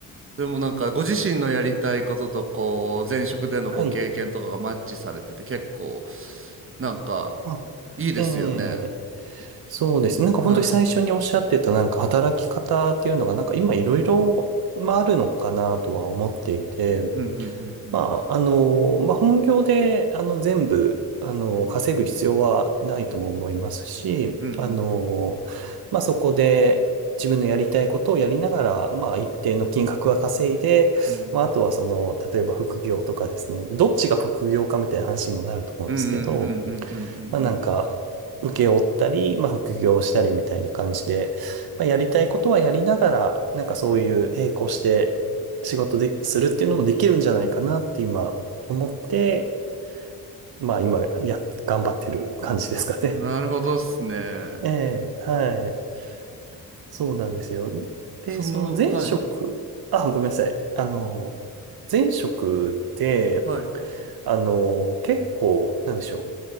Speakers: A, on the right; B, on the right.
A: でもなんか、ご自身のやりたいことと、こう、前職でのご経験とかがマッチされてて、
B: はい。
A: 結構、なんか、
B: あ、
A: いいですよね。
B: ええ、そうですね。なんか本当に最初におっしゃってた、
A: はい。
B: なんか働き方っていうのが、なんか今いろいろ、まあ、あるのかなとは思っていて、
A: うんうんうんうん
B: まあ、あの、まあ、本業で、あの、全部、あの、稼ぐ必要はないとも思いますし、
A: うんうん
B: あの、まあ、そこで自分のやりたいことをやりながら、まあ、一定の金額は稼いで、
A: うん
B: まあ、あとはその、例えば副業とかですね、どっちが副業かみたいな話にもなると思うんですけど、
A: うんうんうんうんうんうんうん
B: まあなんか、受け負ったり、まあ副業したりみたいな感じで、まあやりたいことはやりながら、なんかそういう並行して仕事で、するっていうのもできるんじゃないかなって今思って、まあ今や、頑張ってる感じですかね。
A: うんなるほどっすね。
B: <laughs> ええ、はい。そうなんですよ。で、
A: その、
B: その前職、
A: はい。
B: あ、ごめんなさい。あの、前職で、
A: はい。
B: あの、結構、なんでしょ